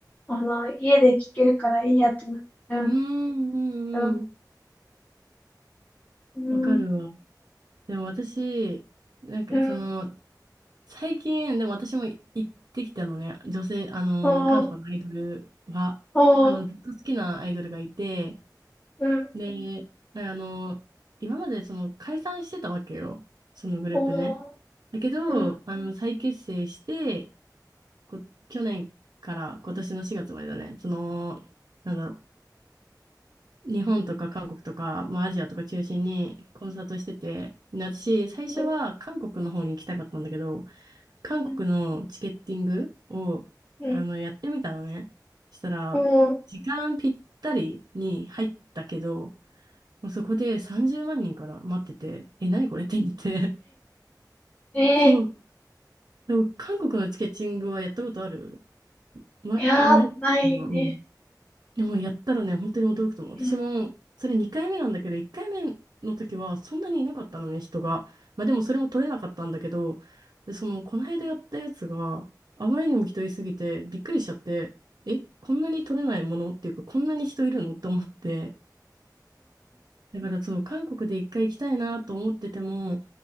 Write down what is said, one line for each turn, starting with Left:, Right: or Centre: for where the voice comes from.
Left: あの、家で聞けるからいいやってなっちゃう
Right: うんうんうん。
Left: けど、うん、
Right: わかるわ。でも私、なんかその、
Left: うん、
Right: 最近、でも私も行ってきたのね、女性、あの、
Left: おう、
Right: 韓国のアイドルは、
Left: おう、
Right: あの、ずっと好きなアイドルがいて、
Left: うん、
Right: で、あの、今までその解散してたわけよ、そのグループね。
Left: おう、
Right: だけど、
Left: うん、
Right: あの、再結成して、こ、去年から今年の4月までだね、その、なんだろう、日本とか韓国とか、まあ、アジアとか中心にコンサートしてて、私、最初は韓国の方に行きたかったんだけど、
Left: うん、
Right: 韓国のチケッティングを、
Left: うん、うん、
Right: あの、やってみたのね。そしたら、
Left: おう
Right: 時間ぴったりに入ったけど、もうそこで30万人から待ってて、え、何これって言って。<laughs>
Left: えー、
Right: そう。でも、韓国のチケッティングはやったことあるま、
Left: いやー、
Right: ない。
Left: ないね。
Right: うん、でもやったらね、本当に驚くと思う。私も、
Left: へえ、
Right: それ2回目なんだけど、1回目の時はそんなにいなかったのね、人が。まあでもそれも取れなかったんだけど、で、その、この間やったやつがあまりにも人いすぎてびっくりしちゃって、え、こんなに取れないものっていうか、こんなに人いるのって思って。だからそう、韓国で一回行きたいなと思ってても、